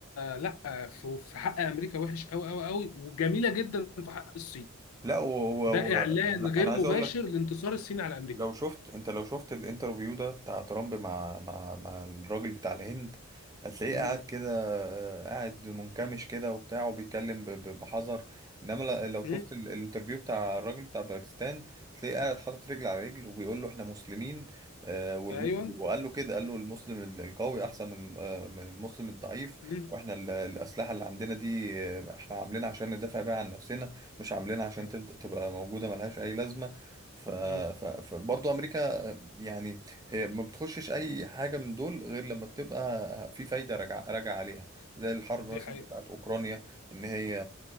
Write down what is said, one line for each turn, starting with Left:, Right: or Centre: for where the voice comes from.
Left: لا في في حق امريكا وحش قوي قوي قوي وجميله جدا في حق الصين
Right: لا و... و...
Left: ده
Right: و...
Left: اعلان
Right: انا
Left: غير
Right: أنا
Left: مباشر
Right: عايز اقول لك
Left: لانتصار الصين على امريكا
Right: لو شفت انت لو شفت الانترفيو ده بتاع ترامب مع مع مع الراجل بتاع الهند هتلاقيه
Left: مم.
Right: قاعد كده آه، قاعد منكمش كده وبتاع وبيتكلم ب- ب- بحذر انما ل- لو شفت
Left: مم.
Right: ال- الانترفيو بتاع الراجل بتاع باكستان هتلاقيه قاعد حاطط رجل على رجل وبيقول له احنا مسلمين آه، والم...
Left: ايوه
Right: وقال له كده قال له المسلم ال- القوي احسن من آه، من المسلم الضعيف
Left: مم.
Right: واحنا ال- الاسلحه اللي عندنا دي آه، احنا عاملينها عشان ندافع بيها عن نفسنا مش عاملينها عشان
Left: مم.
Right: تبقى تبقى موجوده ملهاش اي لازمه ف...
Left: مم.
Right: ف... فبرضه امريكا يعني هي ما بتخشش اي حاجه من دول غير لما بتبقى في فايده راجعه راجعه عليها زي الحرب
Left: دي
Right: مثلا
Left: حقيقه
Right: بتاعت اوكرانيا ان هي